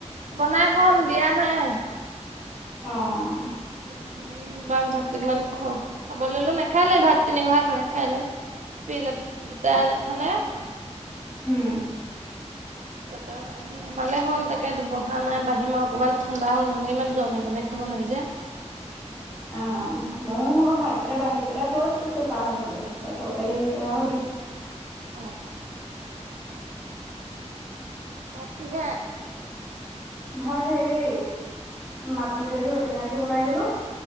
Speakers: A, on the right (about 85°); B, in the centre.
A: বনাই হ'ল দিয়া নাই।
B: অ'।
A: <unintelligible> ভাত কেইটামান খাবলৈ দিলোঁ, নাখালে! ভাত তিনি খহা খালে, খাই লৈ <inaudible>
B: উম।
A: তাৰপৰা সে আমালে হ'ল, তাকে বহা নাই, বাঢ়িম আৰু। অকণমান ঠাণ্ডা হওঁক, নহ'লে ইমান গৰমে, গৰমে খাব নোৱাৰি যে।
B: অ', ময়ো ঔ ভাতকেইটা বাঢ়ি পেলাই থৈ দিছোঁ চেঁচা হ'বলে, তাৰপা তৰকাৰী হৈছে আৰু দিছোঁ।
A: অ'। ভাত কিহে?
B: ভাত হেৰি, মাটি দালি ঔ-টেঙা দি বনাই দিলোঁ।